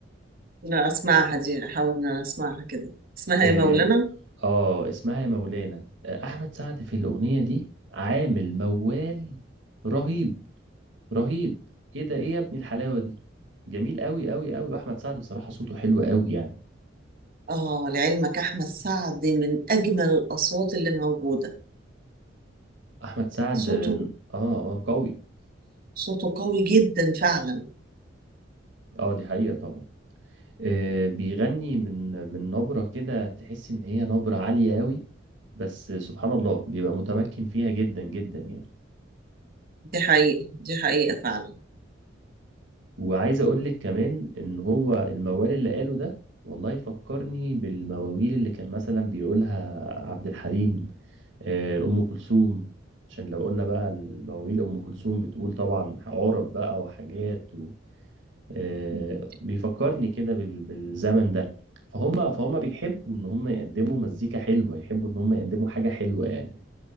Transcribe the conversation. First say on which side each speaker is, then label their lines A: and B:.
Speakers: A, on the right (about 50°); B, on the right (about 75°).
A: لا اسمعها دي احاول ان انا اسمعها كده اسمها
B: اه
A: يا مولانا
B: آه، اسمها يا مولانا آه، احمد سعد في الاغنية دي عامل موال رهيب رهيب ايه ده ايه يا ابني الحلاوة دي جميل قوي قوي قوي واحمد سعد بصراحة صوته حلو قوي يعني
A: آه لعلمك أحمد سعد من أجمل الأصوات اللي موجودة
B: احمد سعد
A: صوته
B: اه اه قوي
A: صوته قوي جدا فعلا
B: اه دي حقيقة طبعا آه، بيغني من من نبرة كده تحس ان هي نبرة عالية قوي بس سبحان الله بيبقى متمكن فيها جدا جدا يعني
A: دي حقيقة دي حقيقة فعلا
B: وعايز اقول لك كمان ان هو الموال اللي قاله ده والله فكرني بالمواويل اللي كان مثلا بيقولها عبد الحليم آه، ام كلثوم عشان لو قلنا بقى المواويل ام كلثوم بتقول طبعا عرب بقى وحاجات و... آه،
A: مم.
B: بيفكرني كده بال- بالزمن ده فهم فهم بيحبوا ان هم يقدموا مزيكا حلوه يحبوا ان هم يقدموا حاجه حلوه يعني